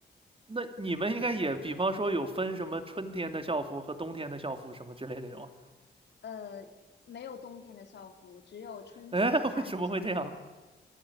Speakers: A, on the right; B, on the left.
A: 那你们应该也，比方说有分什么春天的校服和冬天的校服什么之类的这种啊？
B: 呃，没有冬天的校服，只有春季和夏季校服。
A: 哎，<laughs> 为什么会这样？